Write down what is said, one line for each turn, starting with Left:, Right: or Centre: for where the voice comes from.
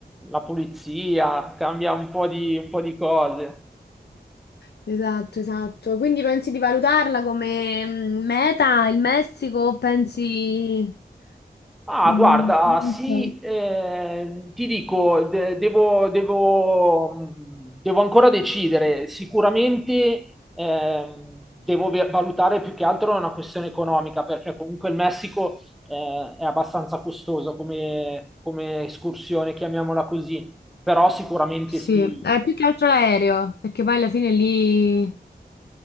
Centre: la pulizia, cambia un po' di, un po' di cose.
Left: Esatto, esatto. Quindi pensi di valutarla come mm, meta il Messico o pensi...
Centre: Ah,
Left: mm,
Centre: guarda,
Left: Non
Centre: sì,
Left: so.
Centre: eh, ti dico, de- devo, devo- devo ancora decidere. Sicuramente ehm, devo ve- valutare più che altro una questione economica, perché comunque il Messico eh, è abbastanza costoso come, come escursione, chiamiamola così. Però sicuramente
Left: Sì,
Centre: sì,
Left: è più che altro l'aereo, perché poi alla fine lì